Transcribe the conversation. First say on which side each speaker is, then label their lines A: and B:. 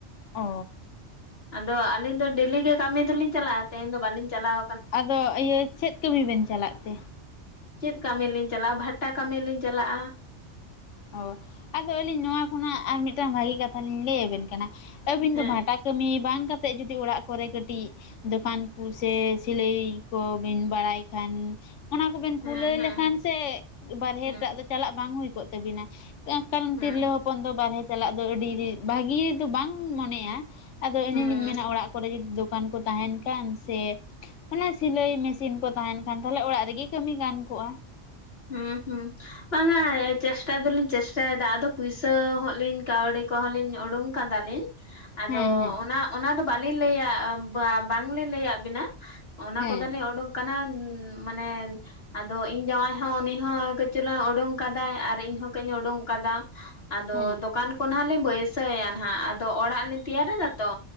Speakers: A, on the left; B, on the left.
A: ᱚᱻ
B: ᱟᱫᱚ ᱟᱹᱞᱤᱧ ᱫᱚ ᱰᱮᱞᱤ ᱜᱮ ᱠᱟᱹᱢᱤ ᱫᱚᱞᱤᱧ ᱪᱟᱞᱟᱜ-ᱟ ᱛᱮᱦᱮᱧ ᱫᱚ ᱵᱟᱹᱞᱤᱧ ᱪᱟᱞᱟᱣ
A: ᱟᱫᱚ ᱤᱭᱟᱹ ᱪᱮᱫ ᱠᱟᱹᱢᱤ ᱵᱮᱱ ᱪᱟᱞᱟᱜ ᱛᱮ?
B: ᱪᱮᱫ ᱠᱟᱹᱢᱤ ᱞᱤᱧ ᱪᱟᱞᱟᱜ-ᱟ ᱵᱷᱟᱴᱟ ᱠᱟᱹᱢᱤ ᱞᱤᱧ ᱪᱟᱞᱟᱜ-ᱟ ᱾
A: ᱚ ᱟᱫᱚ ᱟᱹᱞᱤᱧ ᱱᱚᱣᱟ ᱠᱷᱚᱱᱟᱜ ᱟᱨ ᱢᱤᱫᱴᱟᱝ ᱵᱷᱟᱹᱜᱤ ᱠᱟᱛᱷᱟ ᱞᱤᱧ ᱞᱟᱹᱭᱟᱵᱤᱱ ᱠᱟᱱᱟ ᱟᱹᱵᱤᱱ
B: ᱦᱮᱸ
A: ᱫᱚ ᱵᱷᱟᱴᱟ ᱠᱟᱹᱢᱤ ᱵᱟᱝ ᱠᱟᱛᱮᱫ ᱡᱩᱫᱤ ᱚᱲᱟᱜ ᱠᱚᱨᱮ ᱠᱟᱹᱴᱤᱡ ᱫᱚᱠᱟᱱ ᱠᱚ ᱥᱮ ᱥᱤᱞᱟᱹᱭ ᱠᱚᱵᱤᱱ ᱵᱟᱲᱟᱭ ᱠᱷᱟᱱ ᱚᱱᱟ ᱠᱚᱵᱮᱱ
B: ᱦᱮᱸ
A: ᱠᱷᱩᱞᱟᱹᱣ
B: ᱦᱮᱸ
A: ᱞᱮᱠᱷᱟᱱ ᱥᱮ ᱵᱟᱨᱦᱮ
B: ᱦᱮᱸ
A: ᱴᱟᱜ ᱫᱚ ᱪᱟᱞᱟᱜ ᱵᱟᱝ ᱦᱩᱭ ᱠᱚᱜ ᱛᱟᱹᱵᱤᱱᱟ ᱾ ᱠᱟᱨᱚᱱ
B: ᱦᱮᱸ
A: ᱛᱤᱨᱞᱟᱹ ᱦᱚᱯᱚᱱ ᱫᱚ ᱵᱟᱦᱨᱮ ᱪᱟᱞᱟᱜ ᱫᱚ ᱟᱹᱰᱤ ᱵᱷᱟᱹᱜᱤ ᱫᱚ ᱵᱟᱝ ᱢᱚᱱᱮᱜ-ᱟ ᱾ ᱟᱫᱚ ᱟᱞᱤᱧ
B: ᱦᱮᱸ
A: ᱞᱤᱧ ᱢᱮᱱᱟ ᱚᱲᱟᱜ ᱠᱚᱨᱮ ᱡᱩᱫᱤ ᱫᱚᱠᱟᱱ ᱠᱚ ᱛᱟᱦᱮᱱ ᱠᱷᱟᱱ ᱥᱮ ᱚᱱᱟ ᱥᱤᱞᱟᱹᱭ ᱢᱮᱥᱤᱱ ᱠᱚ ᱛᱟᱦᱮᱱ ᱠᱷᱟᱱ ᱛᱟᱦᱞᱮ ᱚᱲᱟᱜ ᱨᱮᱜᱮ ᱠᱟᱹᱢᱤ ᱜᱟᱱ ᱠᱚᱜ-ᱟ ᱾
B: ᱦᱩᱸ ᱦᱩᱸ ᱾ ᱵᱟᱝᱟ ᱪᱮᱥᱴᱟ ᱫᱚᱞᱤᱧ ᱪᱮᱥᱴᱟᱭᱮᱫᱟ ᱟᱫᱚ ᱯᱩᱭᱥᱟᱹ ᱦᱚᱸ ᱞᱤᱧ ᱠᱟᱹᱣᱰᱤ ᱠᱚᱦᱚᱸ ᱞᱤᱧ ᱩᱰᱩᱝ ᱠᱟᱫᱟᱞᱤᱧ ᱾ ᱟᱫᱚ
A: ᱦᱮᱸ ᱦᱮᱸ
B: ᱚᱱᱟ ᱚᱱᱟ ᱫᱚ ᱵᱟᱹᱞᱤᱧ ᱞᱟᱹᱭᱟ ᱵᱟᱝᱞᱤᱧ ᱞᱟᱹᱭᱟᱭᱟᱜ ᱵᱤᱱᱟ ᱾ ᱚᱱᱟ
A: ᱦᱮᱸ
B: ᱠᱚᱫᱚᱞᱤᱧ ᱩᱰᱩᱠ ᱠᱟᱱᱟ ᱢᱟᱱᱮ ᱟᱫᱚ ᱤᱧ ᱡᱟᱶᱟᱭ ᱦᱚᱸ ᱩᱱᱤ ᱦᱚᱸ ᱠᱟᱹᱪ ᱪᱩᱞᱩᱝ ᱮ ᱩᱰᱩᱝ ᱠᱟᱫᱟᱭ ᱟᱨ ᱤᱧᱦᱚ ᱠᱟᱹᱡ ᱤᱧ ᱩᱰᱩᱝ ᱠᱟᱫᱟ ᱟᱫᱚ
A: ᱦᱮᱸ
B: ᱫᱚᱠᱟᱱ ᱛᱚᱠᱷᱚᱱ ᱦᱟᱸᱜ ᱞᱤᱧ ᱵᱟᱹᱭᱥᱟᱹᱭᱟ ᱱᱟᱦᱟᱜ ᱟᱫᱚ ᱚᱲᱟᱜ ᱞᱤᱧ ᱛᱮᱭᱟᱨ ᱮᱫᱟ ᱛᱚ